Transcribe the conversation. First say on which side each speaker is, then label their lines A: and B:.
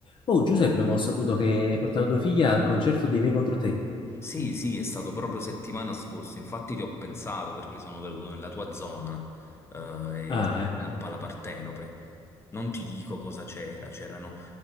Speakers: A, on the left; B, on the left.
A: Oh, Giuseppe, ma ho saputo che hai portato tua figlia al concerto dei Me contro te.
B: Sì, sì, è stato proprio settimana scorsa, infatti ti ho pensato perché sono venuto nella tua zona, eh,
A: Ah,
B: e sai
A: ecco.
B: com'è a Pala Partenope. Non ti dico cosa c'era, c'erano